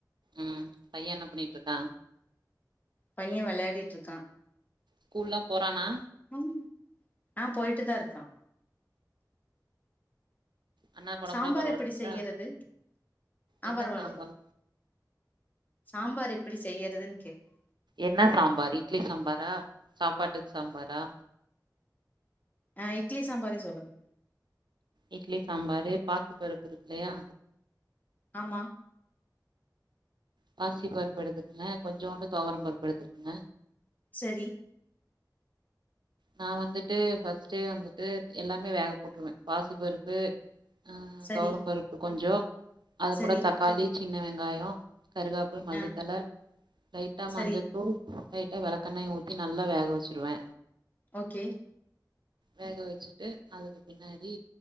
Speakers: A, on the right; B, on the left.
A: ம் பையே என்ன பண்ணிட்டிருக்கா?
B: பையே வெளையாடீட்டிருக்கா
A: ஸ்கூல்லா போறானா?
B: ம் ஆ போயிட்டுதா இருக்கா.
A: அண்ணாக்கு ஒடம்புலா
B: சாம்பார்
A: பரவால்லைங்களா
B: எப்படி செய்யறது அ
A: என்ன
B: பரவால்லே
A: சாம்பார்
B: சாம்பார் எப்படி செய்யறதுன் கேட்டே
A: என்னா சாம்பார் இட்லி சாம்பாரா சாப்பாட்டுக்கு சாம்பாரா
B: அ இட்லி சாம்பாரே சொல்லுங்க
A: இட்லி சாம்பாரு பாசிபருப்பு இருக்கு இல்லையா
B: ஆமா
A: பாசி பருப்பு எடுத்துக்குங்க கொஞ்சோண்டு தோவரம் பருப்பு எடுத்துக்குங்க
B: செரி
A: நா வந்துட்டு ஃபர்ஸ்ட்டே வந்துட்டு எல்லாமே வேக போட்ருவே பாசிப்பருப்பு அ
B: சரி
A: தோவரம் பருப்பு கொஞ்சோ அது
B: சரி
A: கூட தக்காளி சின்ன வெங்காயோ கருகாப் அப்றோ மல்லித்தல
B: ஆ
A: லைட்டா
B: சரி
A: மஞ்சத்தூள் லைட்டா வெளக்கெண்ணயு ஊத்தி நல்லா வேக வெச்சுருவே.
B: ஓகே
A: வேக வெச்சுட்டு அதுக்கு பின்னாடி